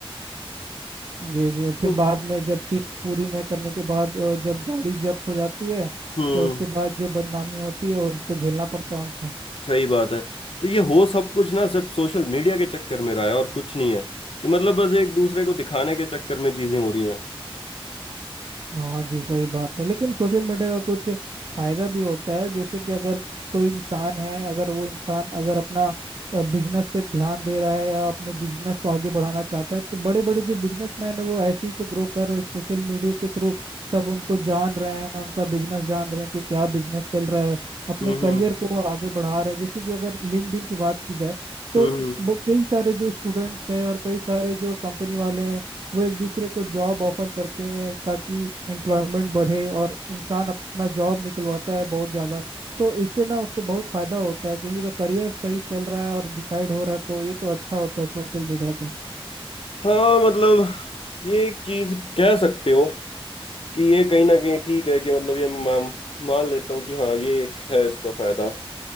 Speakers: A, on the right (about 50°); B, on the left (about 70°).
A: जी जी
B: तो
A: फिर बाद में जब किस्त पूरी न करने के बाद अ, जब गाड़ी जब्त हो जाती है
B: हम्म
A: तो उसके बाद जो बदनामी होती है उनको झेलना पड़ता है उनको
B: सही बात है तो ये हो सब कुछ ना सिर्फ सोशल मीडिया के चक्कर में रहा है और कुछ नहीं है कि मतलब बस एक दूसरे को दिखाने के चक्कर में चीजें हो रही हैं
A: हाँ जी सही बात है लेकिन सोशल मीडिया का कुछ फायदा भी होता है जैसे कि अगर कोई इंसान है अगर वो इंसान अगर अपना बिजनेस पे ध्यान दे रहा है या अपने बिजनेस को आगे बढ़ाना चाहता है तो बड़े बड़े जो बिजनेसमैन है वो ऐसे ही तो ग्रो कर रहे सोशल मीडिया के थ्रू सब उनको जान रहे हैं उनका बिजनेस जान रहे हैं कि क्या बिजनेस चल रहा है अपने
B: हम्म
A: करियर
B: हम्म
A: को वो आगे बढ़ा रहे हैं जैसे कि अगर लिंक्डइन की बात की जाए तो
B: हम्म हम्म।
A: वो कई सारे जो स्टूडेंट्स हैं और कई सारे जो कंपनी वाले हैं वो एक दूसरे को जॉब ऑफर करते हैं ताकि एम्प्लॉयमेंट बढ़े और इंसान अपना जॉब निकलवाता है बहुत ज़्यादा तो इससे ना उसको बहुत फायदा होता है किसी का करियर सही चल रहा है और डिसाइड हो रहा है तो ये तो अच्छा होता है सोशल मीडिया का
B: हाँ मतलब ये एक चीज कह सकते हो कि ये कहीं ना कहीं ठीक है कि मतलब ये मैं मान लेता हूँ कि हाँ ये एक है इसका फायदा